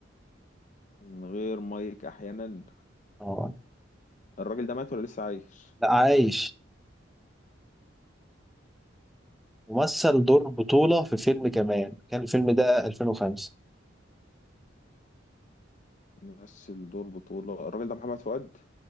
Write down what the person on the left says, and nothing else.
من غير مايك أحيانا
الراجل ده مات ولا لسه عايش
مثل دور بطولة الراجل ده محمد فؤاد